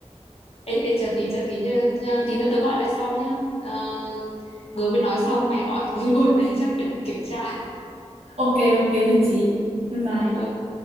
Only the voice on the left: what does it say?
Ê, ê chờ tí chờ tí nhá Tí nữa tớ gọi lại sau nhá Ờ, Vừa mới nói xong mẹ gọi <laughs> luôn này Chắc để kiểm tra
Ừ